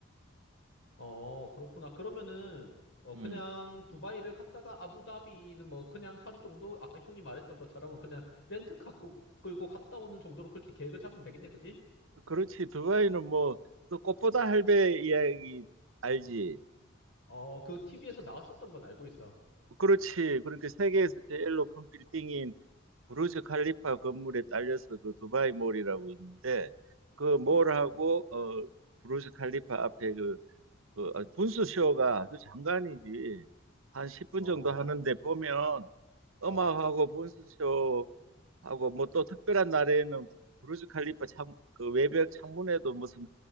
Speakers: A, on the left; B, on the right.
A: 어, 그렇구나. 그러면은, 어,
B: 음.
A: 그냥 두바이를 갔다가 아부다비는 뭐 그냥 하루 정도? 아까 형이 말했던 것처럼 그냥 렌트카 꾸- 끌고 갔다 오는 정도로 그렇게 계획을 잡으면 되겠네, 그지?
B: 그렇지. 두바이는 뭐 또 꽃보다 할배 이야기 알지?
A: 어, 그 TV에서 나왔었던 건 알고 있어.
B: 그렇지. 그러니까 세계에서 제일 높은 빌딩인 부르즈 칼리파 건물에 딸려서 그 두바이 몰이라고 있는데 그 몰하고 어 부르즈 칼리파 앞에 그, 그 아, 분수 쇼가 아주 장관이지 한 10분
A: 어,
B: 정도 하는데 보면
A: 어,
B: 음악하고 분수 쇼하고 뭐 또 특별한 날에는 부르즈 칼리파 창, 그 외벽 창문에도 무슨